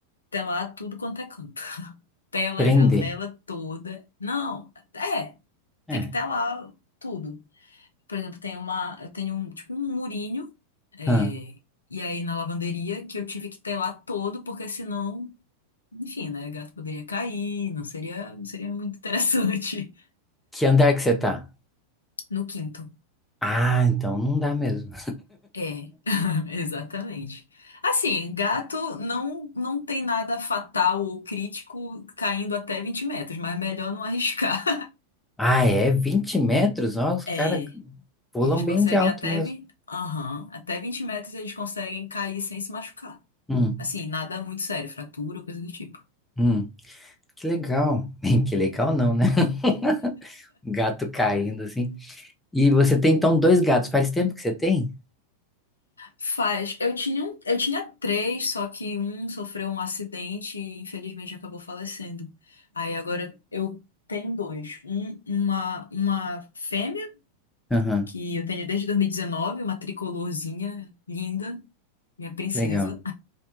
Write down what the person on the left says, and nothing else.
telar tudo quanto é canto. <laughs> Tela,
a janela toda. Não, é.
Tem que telar tudo. Por exemplo, tem uma, eu tenho um, tipo um murinho, é,
e aí na lavanderia que eu tive que telar todo, porque senão, enfim, né, o gato poderia cair, não seria, não seria muito interessante. <laughs>
No quinto.
É, <laughs> exatamente. Assim, gato não, não tem nada fatal ou crítico caindo até 20 metros, mas é melhor não arriscar.
<laughs>
É.
Eles conseguem
até,
vi... Aham, até 20 metros eles conseguem cair sem se machucar.
Assim, nada muito sério, fratura, coisa do tipo.
Faz. Eu tinha um... eu tinha três, só que um sofreu um acidente e infelizmente acabou falecendo. Aí agora eu tenho dois. Um, uma, uma fêmea,
que eu tenho desde 2019, uma tricolorzinha linda, minha princesa.